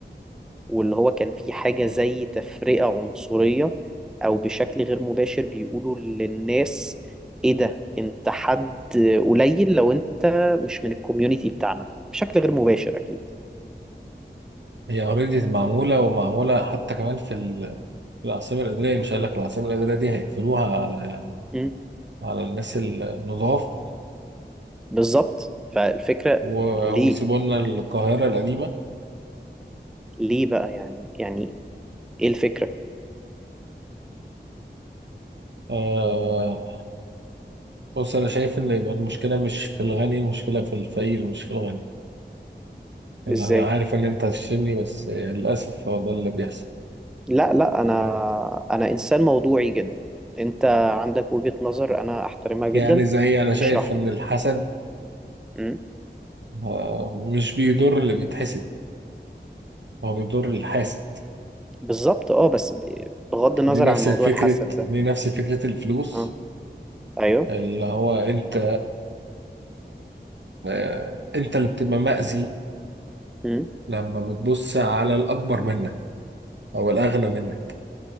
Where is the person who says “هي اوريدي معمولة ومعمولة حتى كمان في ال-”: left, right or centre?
Right